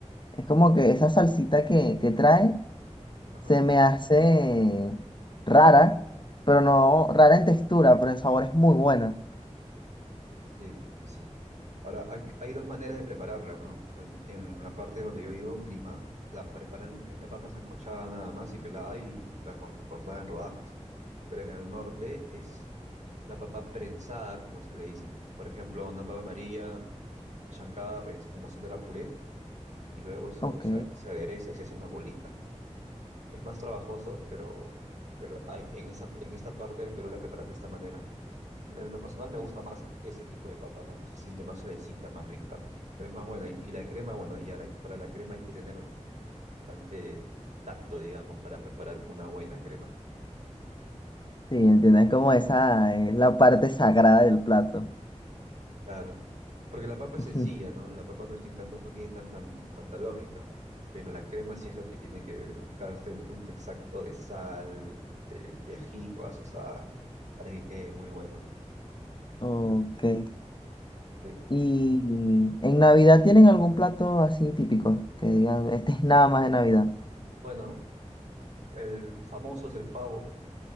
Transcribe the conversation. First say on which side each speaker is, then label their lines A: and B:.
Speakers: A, on the left (about 40°); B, on the right (about 75°).
A: es como que esa salsita que, que trae
B: Ajá,
A: se me hace rara, pero no rara en textura, pero en sabor es muy buena.
B: sí, sí, sí. Ahora, hay, hay dos maneras de prepararla, ¿no? En en la parte donde yo vivo, en Lima, la preparan, es la papa sancochada nada más y pelada y la corta, cortada en rodajas. Pero en el norte es la papa prensada, como se le dicen. Por ejemplo, una papa amarilla chancada, prens- como haciendo la puré y luego eso
A: Ok,
B: se,
A: sí,
B: se adereza y se hace una bolita. Es más trabajoso, pero, pero hay, en esa, en esta parte del Perú la preparan de esta manera. En lo personal me gusta más ese tipo de papa, ¿no? Se siente más suavecita, más rica, pero es más buena. Y, y la crema, bueno, ya la- para la crema hay que tener bastante tacto, digamos, para preparar una buena crema.
A: entiendo, es como esa, es la parte sagrada del plato.
B: Claro, porque la papa es
A: <laughs>
B: sencilla, ¿no? La papa no, es tintando- no tiene tanta, tanta lógica, pero la crema sí es lo que tiene que buscarse el punto exacto de sal, de, de ají que vas a usar para que quede muy buena.
A: Ok.
B: Ujú. Sí.
A: ¿Y en Navidad tienen algún plato así típico que digan, <laughs> este es nada más de Navidad?
B: Bueno, el famoso es el pavo